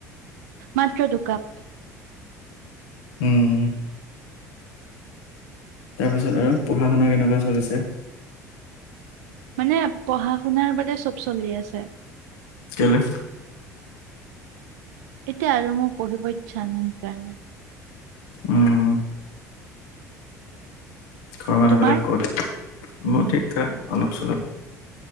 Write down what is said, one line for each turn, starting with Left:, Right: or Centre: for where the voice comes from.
Right: মাত্ৰ দুকাপ।
Left: উম। তাৰপিছত আৰু পঢ়া শুনা কেনেকুৱা চলিছে।
Right: মানে পঢ়া শুনাৰ বাদ চব চলি আছে।
Left: কেলে।
Right: এতিয়া আৰু মোৰ পঢ়িবইছা নাই কাৰণে।
Left: উম। ঘৰৰ মানুহবিলাক
Right: তোমাৰ
Left: ক'ত মোৰ ঠিক থাক অলপ চলপ।